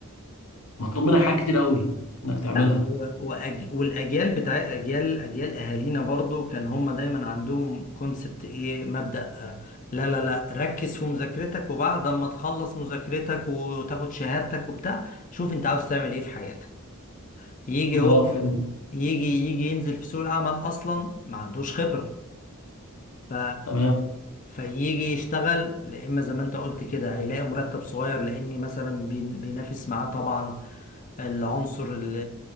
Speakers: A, on the left; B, on the left.
A: مطلوب منك حاجات كتير قوي انك تعملها
B: لا و- وأج... والاجيال بتاع اجيال اجيال اهالينا برضو كان هم دايما عندهم كونسبت ايه مبدأ آه، لا لا لا ركز في مذاكرتك وبعد ما تخلص مذاكرتك وتاخد شهادتك وبتاع شوف انت عاوز تعمل ايه في حياتك يجي هو
A: اه فهمت
B: يجي يجي ينزل في سوق العمل اصلا ما عندوش خبرة ف
A: تمام
B: فيجي يشتغل لا اما زي ما انت قلت كده هيلاقي مرتب صغير لاني مثلا بين- بينافس معاه طبعا العنصر ال-